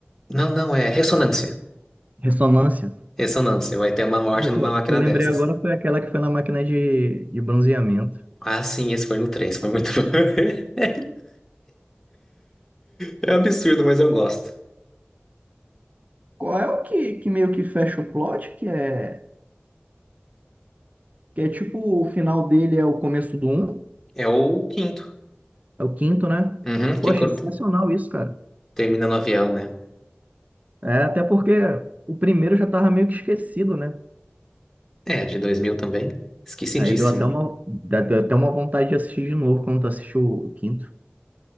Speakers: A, in the centre; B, on the right (about 40°).
A: Não, não, é ressonância.
B: Ressonância.
A: Ressonância, vai ter uma morte
B: Eu-
A: numa
B: O
A: máquina
B: que eu lembrei
A: dessas.
B: agora foi aquela que foi na máquina de, de bronzeamento.
A: Ah, sim, esse foi no 3, foi muito bom. <laughs> É absurdo, mas eu gosto.
B: Qual é o que, que meio que fecha o plot? Que é, que é tipo o final dele é o começo do 1?
A: É o quinto.
B: É o quinto, né?
A: Uhum, que
B: Poxa,
A: cor-
B: sensacional isso, cara.
A: termina no avião, né?
B: É, até porque o primeiro já tava meio que esquecido, né?
A: É, de 2000 também. Esquecidíssimo.
B: Aí deu até uma, dá- deu até uma vontade de assistir de novo quando tu assistiu o quinto.